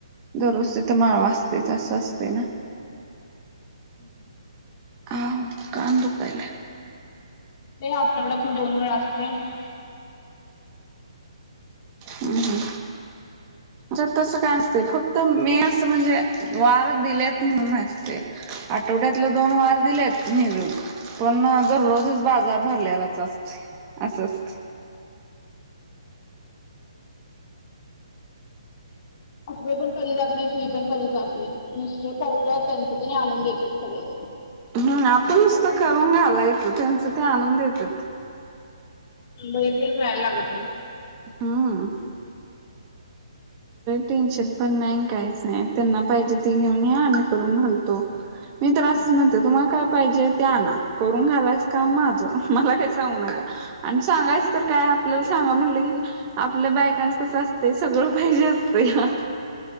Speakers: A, on the right (about 25°); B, on the left (about 35°).
A: दररोज तिथं माळ <unintelligible> असं असतय ना?
B: हम् ह.
A: आव कान दुखायलाय.
B: तो आठवड्यातन दोन वेळा असतो -
A: हम् ह. जर तस काय असत फक्त मे असं म्हणजे- वार दिलेत म्हणून असते. आठवड्यातलं दोन वार दिलेत नेमून. पण दररोजच बाजार भरलेलाच असतोय. असं असतंय.
B: <unintelligible> मी पण कधी जात नाही मिस्टर करतोय त्यांच त्यांनी आणून देतात. हो.
A: हम्. आपण नुसत करून घालायचं त्यांचा ते आणून देतात.
B: मुंबई ते जायला लागत नाही.
A: हम. टेन्शन पण नाही काहीच नाही. त्यांना पाहिजे त घेऊन या. आम्ही करून घालतो. मी तर असच म्हणते. तुम्हाला काय पाहिजे ते आणा. करून घालायच काम माझं मला काही सांगू नका. आणि सांगायच तर काय? आपल्याला सांगा म्हणलं की आपल्या बायकांच कसं असतय? सगळं- पाहिजे असतया.